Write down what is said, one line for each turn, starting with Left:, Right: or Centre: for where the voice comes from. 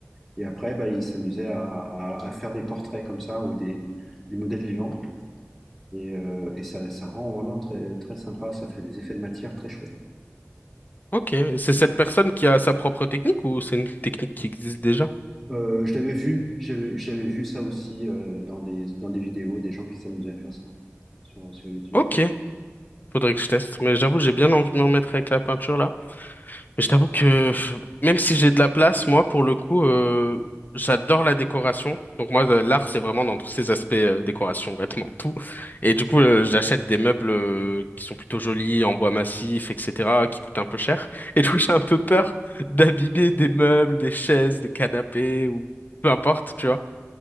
Centre: Et après, bah, il s'amusait à, à- à faire des portraits comme ça ou des, des modèles vivants. Et, euh, et ça, ça rend vraiment très, très sympa, ça fait des effets de matière très chouettes.
Left: Ok, Et c'est cette personne qui a sa propre technique ou c'est une technique qui existe déjà?
Centre: Euh, je l'avais vu, j'avais j'avais vu ça aussi euh, dans des, dans des vidéos, des gens qui s'amusaient à faire ça sur, sur YouTube.
Left: Ok, faudrait que je teste, mais j'avoue, j'ai bien envie de me remettre avec la peinture là. Je t'avoue que pff, même si j'ai de la place, moi, pour le coup, euh, j'adore la décoration. Donc moi, euh, l'art, c'est vraiment dans tous ces aspects, euh, décoration, vêtements, tout. Et du coup, euh, j'achète des meubles, euh, qui sont plutôt jolis, en bois massif, etc., qui coûtent un peu cher. Et du coup, j'ai un peu peur d'abîmer des meubles, des chaises, des canapés, ou peu importe, tu vois.